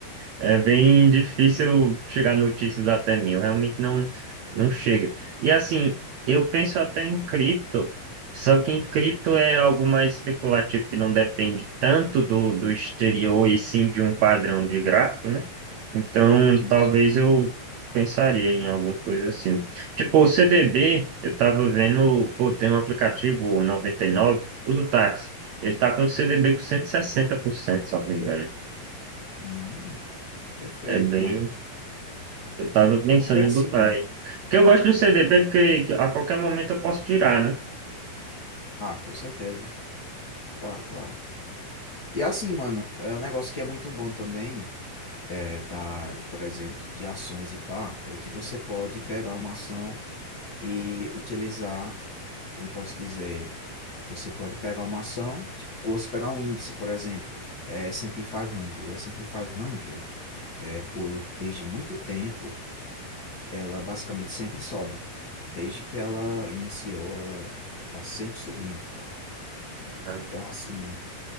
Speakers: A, on the right; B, on the left.
A: É bem difícil chegar notícias até mil, realmente não, não chega. E assim, eu penso até em cripto, só que em cripto é algo mais especulativo, que não depende tanto do, do exterior e sim de um padrão de gráfico, né? Então,
B: Sim,
A: talvez
B: sim.
A: eu pensaria em alguma coisa assim. Tipo, o CDB, eu tava vendo, pô, tem um aplicativo, o noventa e nove o do táxi, ele tá com o CDB com 160%, se eu não me engano.
B: Hum, perfeito,
A: É bem
B: mano.
A: Eu tava pensando
B: Porque assim,
A: em botar aí. Porque eu gosto do CDB, porque a qualquer momento eu posso tirar, né?
B: Ah, com certeza. Claro, claro. E assim, mano, é um negócio que é muito bom também, é, da, de, por exemplo, de ações e pá, é que você pode pegar uma ação e utilizar, como posso dizer, você pode pegar uma ação, tipo, você pegar um índice, por exemplo, é S&P 500. S&P 500, é, por, desde muito tempo, ela basicamente sempre sobe. Desde que ela iniciou, ela tá sempre subindo, cara.
A: Aham.
B: Então, assim,